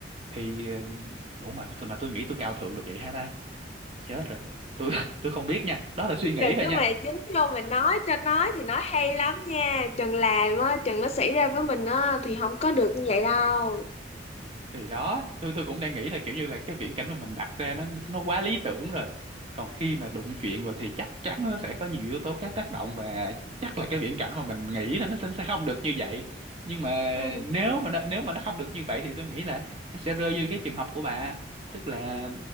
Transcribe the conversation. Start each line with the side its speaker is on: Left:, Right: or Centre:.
Right: thì ừ, ủa mà mà tôi nghĩ tôi cao thượng được vậy hả ta chết rồi tôi <laughs> tôi không biết nha đó là suy nghĩ
Left: Trần
Right: thôi
Left: cứ
Right: nha
Left: mày dính vô mà nói cho nói thì nói hay lắm nha Trần làm á Trần nó xảy ra với mình á thì không có được như vậy đâu
Right: thì đó tôi tôi cũng đang nghĩ là kiểu như là cái viễn cảnh mà mình đặt ra nó nó quá lý tưởng rồi còn khi mà đụng chuyện rồi thì chắc chắn nó sẽ có nhiều yếu tố khác tác động và chắc là cái viễn cảnh mà mình nghĩ là nó sẽ sẽ không được như vậy nhưng mà
Left: ừ,
Right: nếu mà nó, nếu mà nó không được như vậy thì tôi nghĩ là nó sẽ rơi vô cái trường hợp của bà tức là